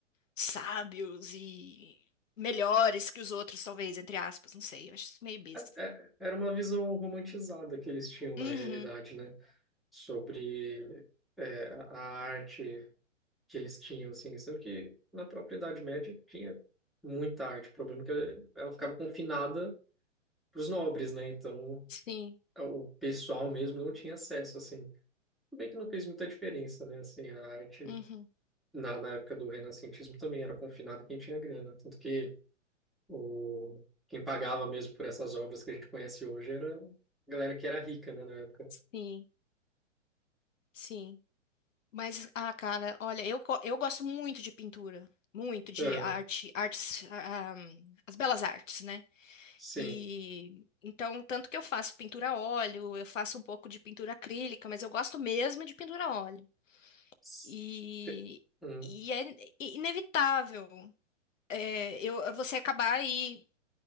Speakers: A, on the left; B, in the centre.
A: sábios e melhores que os outros, talvez, entre aspas, não sei, eu acho isso meio besta.
B: É- era uma visão romantizada que eles tinham na
A: Uhum,
B: realidade, né? Sobre é, a arte que eles tinham, assim, sendo que na própria Idade Média tinha muita arte. O problema é que ela ficava confinada para os nobres, né? Então
A: sim,
B: o pessoal mesmo não tinha acesso, assim. Tudo bem que não fez muita diferença, né? Assim, a arte
A: uhum,
B: na, na época do renascentismo também era confinado quem tinha grana. Tanto que o, quem pagava mesmo por essas obras que a gente conhece hoje era a galera que era rica, né, na época.
A: sim, sim. Mas, ah, cara, olha, eu, go- eu gosto muito de pintura, muito de
B: Aham,
A: arte, artes, ah, ahm, as belas artes, né?
B: sim.
A: E então, tanto que eu faço pintura a óleo, eu faço um pouco de pintura acrílica, mas eu gosto mesmo de pintura a óleo.
B: S-
A: E,
B: te- hum,
A: e é inevitável é, eu, você acabar aí